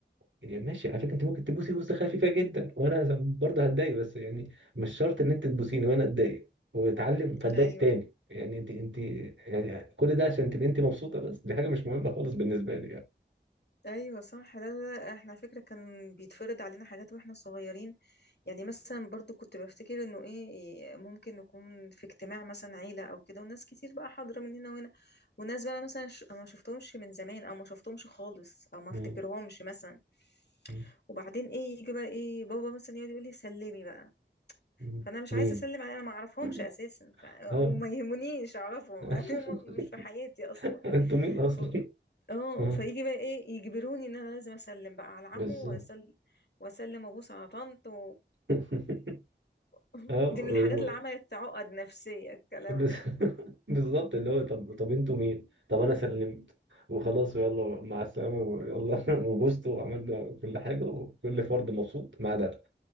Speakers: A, on the right (about 85°); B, on the left (about 65°).
A: يعني ماشي على فكره انت ممكن تبوسي بوسه خفيفه جدا وانا برضه هتضايق بس يعني مش شرط ان انت تبوسيني وانا اتضايق واتعلم فاتضايق
B: ايوه
A: تاني يعني انت انت يعني كل ده عشان تبقي انت مبسوطه بس دي حاجه مش مهمه خالص بالنسبه لي يعني
B: ايوه صح لا لا لا، احنا على فكره كان بيتفرض علينا حاجات واحنا صغيرين يعني مثلا برضو كنت بفتكر انه ايه إيه، ممكن نكون في اجتماع مثلا عيله او كده وناس كتير بقى حاضره من هنا وهنا وناس بقى مثلا ش- ما شفتهمش من زمان او ما شفتهمش خالص او ما
A: مم.
B: افتكرهمش مثلا
A: مم.
B: وبعدين ايه يجي بقى ايه بابا مثلا يقعد يقول لي سلمي بقى
A: مم.
B: فانا مش
A: مين؟
B: عايزه اسلم عليه انا ما اعرفهمش
A: <laughs>
B: اساسا ف...
A: اه
B: وما يهمنيش اعرفهم
A: <laughs>
B: <laughs> يعني هم مش في حياتي اصلا
A: انتوا مين اصلي؟
B: ف... اه
A: اه
B: فيجي بقى ايه يجبروني ان انا لازم اسلم بقى على عمه
A: بالظبط
B: واسلم واسلم وابوس على طنط و...
A: <laughs>
B: <laughs>
A: اه
B: دي من الحاجات اللي عملت عقد نفسيه الكلام
A: بس-
B: ده
A: <laughs> بالظبط
B: <laughs>
A: اللي هو طب طب انتوا مين؟ طب انا سلمت وخلاص ويلا مع السلامه ويلا <laughs> وبوست وعملنا كل حاجه وكل فرد مبسوط ما عدا